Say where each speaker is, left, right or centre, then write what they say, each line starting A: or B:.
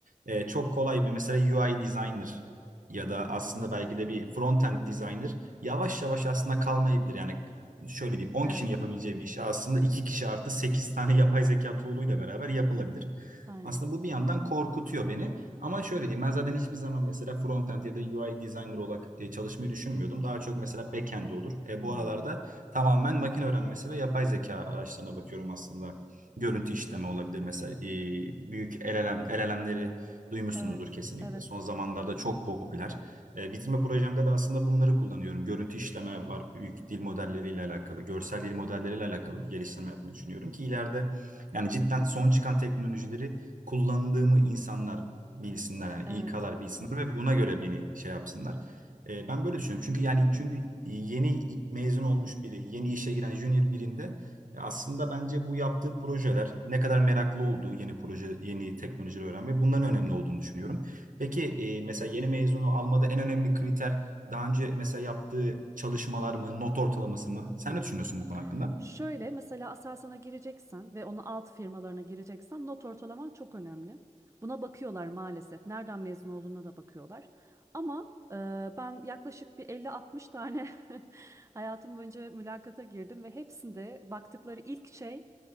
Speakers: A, on the right (about 85°); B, on the right (about 20°).
A: e, çok kolay bir mesela UI designer ya
B: Hı
A: da
B: hı.
A: aslında belki de bir front-end designer yavaş yavaş aslında kalmayabilir. Yani şöyle diyeyim on
B: Evet.
A: kişinin yapabileceği bir işi aslında 2 kişi artı 8 tane yapay zeka tool'uyla beraber yapılabilir.
B: Aynen.
A: Aslında bu bir yandan korkutuyor beni. Ama şöyle diyeyim ben zaten hiçbir zaman mesela front-end ya da UI designer olarak e, çalışmayı düşünmüyordum. Daha çok mesela back-end olur. E,
B: Hmm.
A: bu aralarda tamamen makine öğrenmesi ve yapay zeka araçlarına bakıyorum aslında. Görüntü işleme olabilir mesela e, büyük LLM, LLM'leri Duymuşsunuzdur
B: Evet.
A: kesinlikle.
B: Evet.
A: Son zamanlarda çok popüler. E, bitirme projemde de aslında bunları kullanıyorum. Görüntü işleme var, büyük dil modelleriyle alakalı, görsel dil modelleriyle alakalı bir geliştirme yapmayı düşünüyorum ki ileride yani cidden son çıkan teknolojileri kullandığımı insanlar bilsinler yani
B: Evet.
A: İK'lar bilsinler ve buna göre beni şey yapsınlar. E, ben böyle düşünüyorum. Çünkü yani çünkü yeni mezun olmuş biri, yeni işe giren junior birinde ya Aslında bence bu yaptığı projeler ne kadar meraklı olduğu yeni proje, yeni teknolojileri öğrenme bunların önemli olduğunu düşünüyorum. Peki e, mesela yeni mezunu almada en önemli kriter daha önce mesela yaptığı çalışmalar mı, not ortalaması mı? Sen
B: Hmm.
A: ne düşünüyorsun bu konu hakkında?
B: Şöyle mesela Aselsan'a gireceksen ve onun alt firmalarına gireceksen not ortalaman çok önemli. Buna bakıyorlar maalesef. Nereden mezun olduğuna da bakıyorlar. Ama e, ben yaklaşık bir 50-60 tane <laughs> hayatım boyunca mülakata girdim ve hepsinde baktıkları ilk şey